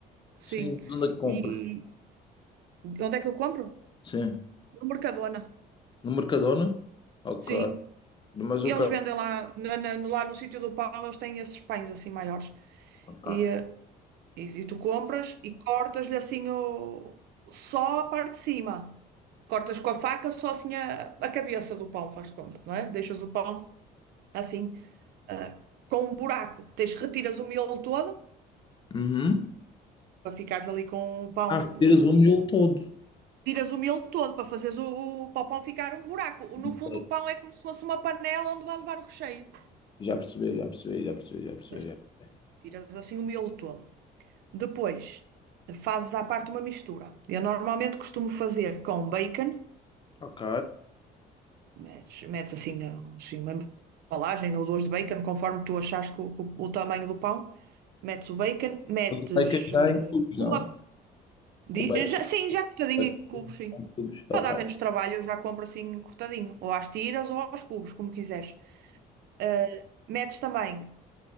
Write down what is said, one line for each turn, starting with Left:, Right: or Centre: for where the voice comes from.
Right: sim.
Left: Sim, mas onde é que compra?
Right: E onde é que eu compro?
Left: Sim.
Right: No Mercadona,
Left: No Mercadona? Ok.
Right: sim.
Left: Mas
Right: E
Left: o
Right: eles
Left: que
Right: vendem lá, na- na- no- lá no sítio do pão, eles têm esses pães assim maiores.
Left: Ok.
Right: E, eh, e, e tu compras e cortas-lhe assim o, só a parte de cima. Cortas com a faca só assim a, a cabeça do pão, faz de conta, não é? Deixas o pão assim, ah, com um buraco. Tens, retiras o miolo todo
Left: Uhum.
Right: para ficares ali com o pão.
Left: Ah, retiras o miolo
Right: eh,
Left: todo.
Right: tiras o miolo todo para fazeres o, o, para o pão ficar um buraco. O- No
Left: Ok.
Right: fundo, o pão é como se fosse uma panela onde vai levar o recheio.
Left: Já percebi, já percebi, já percebi, já percebi.
Right: Veste?
Left: já percebi.
Right: Tiras assim o miolo todo. Depois, fazes à parte uma mistura. Eu normalmente costumo fazer com bacon,
Left: Ok.
Right: metes, metes assim, eh, assim uma embalagem ou duas de bacon, conforme tu achares que o, o- o tamanho do pão. Metes o bacon, metes
Left: Mas o bacon já
Right: eh,
Left: é em cubos,
Right: uma
Left: não?
Right: Di-
Left: o bacon
Right: eh, já- sim, já cortadinho
Left: Ok,
Right: em cubos, sim.
Left: ok,
Right: Para dar menos trabalho, eu já compro assim cortadinho, ou às tiras ou aos cubos, como quiseres. Ah, metes também